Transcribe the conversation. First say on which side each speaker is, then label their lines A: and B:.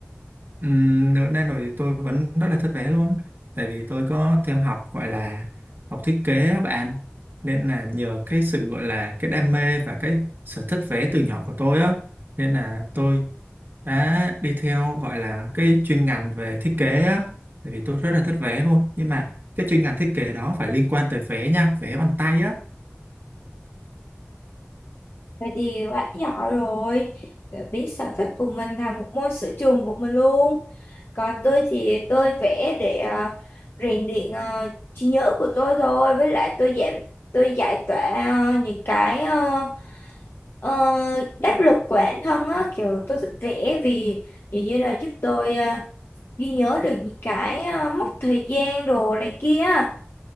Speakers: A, on the right; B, on the left.
A: Ừm, Ở Đà Nội thì tôi vẫn rất là thích vẽ luôn tại vì tôi có theo học gọi là học thiết kế á bạn nên là nhờ cái sự gọi là cái đam mê và cái sở thích vẽ từ nhỏ của tôi á nên là tôi đã đi theo gọi là cái chuyên ngành về thiết kế á tại vì tôi rất là thích vẽ luôn nhưng mà cái chuyên ngành thiết kế đó phải liên quan tới vẽ nha vẽ bằng tay á
B: Vậy thì bạn nhỏ rồi, Để biết sở thích của mình là một môn sở trường của mình luôn. Còn tôi thì tôi vẽ để ờ, rèn luyện ờ, trí nhớ của tôi thôi. Với lại tôi giảm, tôi giải tỏa ờ, những cái ờ, Ờ, đáp lực của bản thân á, kiểu tôi thích vẽ vì vì như là giúp tôi ờ, ghi nhớ được những cái ờ, mốc thời gian đồ này kia á.